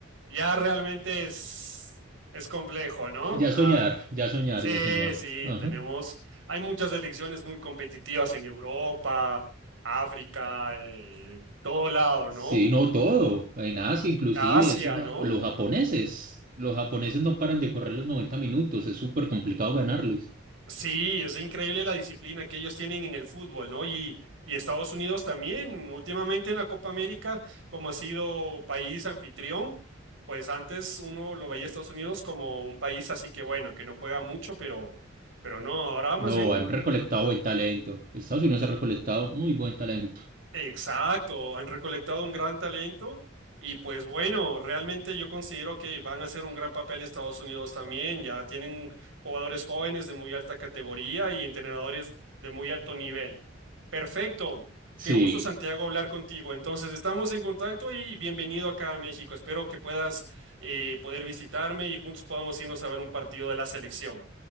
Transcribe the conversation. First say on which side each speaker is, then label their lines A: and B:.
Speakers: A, on the right; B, on the right.
A: ya realmente es, es complejo, ¿no?
B: Ya
A: Ah,
B: soñar, ya soñar,
A: sí,
B: ya soñar.
A: sí,
B: Ajá.
A: tenemos, hay muchas elecciones muy competitivas en Europa, África, eh, todo lado, ¿no?
B: Sí, no todo, en Asia inclusive,
A: Asia,
B: esos jap-
A: ¿no?
B: los japoneses, los japoneses no paran de correr los 90 minutos, es súper complicado ganarles.
A: Sí, es increíble la disciplina que ellos tienen en el fútbol, ¿no? Y, y Estados Unidos también, últimamente en la Copa América, como ha sido país anfitrión, pues antes uno lo veía a Estados Unidos como un país así que bueno, que no juega mucho, pero, pero no, ahora
B: No,
A: más bien
B: han recolectado buen talento. Estados Unidos ha recolectado muy buen talento.
A: Exacto, han recolectado un gran talento y pues bueno, realmente yo considero que van a hacer un gran papel Estados Unidos también, ya tienen jugadores jóvenes de muy alta categoría y entrenadores de muy alto nivel. Perfecto,
B: Sí,
A: qué gusto Santiago hablar contigo. Entonces estamos en contacto y bienvenido acá a México. Espero que puedas eh, poder visitarme y juntos podamos irnos a ver un partido de la selección.